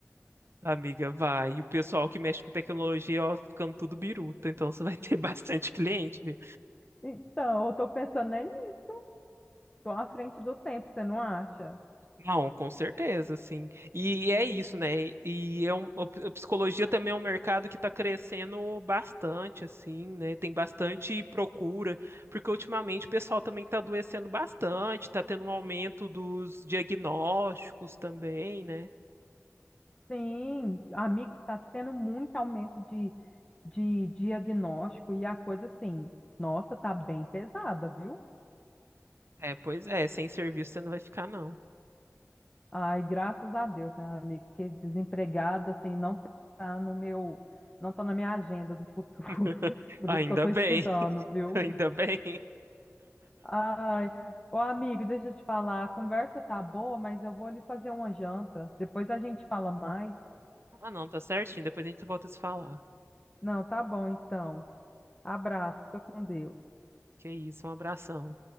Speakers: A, on the right (about 50°); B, on the left (about 20°).
A: Amiga, vai. E o pessoal que mexe com tecnologia, ó, ficando tudo biruta. Então você vai <laughs> ter bastante cliente, viu?
B: Então, eu estou pensando é nisso, tô à frente do tempo, você não acha?
A: Não, com certeza, sim. E é isso, né? E é um, a psicologia também é um mercado que está crescendo bastante, assim, né? Tem bastante procura, porque ultimamente o pessoal também está adoecendo bastante, está tendo um aumento dos diagnósticos também, né?
B: Sim, amigo, está tendo muito aumento de, de diagnóstico e a coisa assim, nossa, tá bem pesada, viu?
A: É, pois é, sem serviço você não vai ficar, não.
B: Ai, graças a Deus, né, amigo? Porque desempregada, assim, não tá no meu, não tá na minha agenda do futuro.
A: <laughs>
B: <laughs> Por
A: Ainda
B: isso que eu tô
A: bem,
B: estudando,
A: <laughs>
B: viu?
A: ainda bem.
B: Ai, ô amigo, deixa eu te falar, a conversa tá boa, mas eu vou ali fazer uma janta. Depois a gente fala mais.
A: Ah, não, tá certinho. Depois a gente volta a se falar.
B: Não, tá bom, então. Abraço, fica com Deus.
A: Que isso, um abração.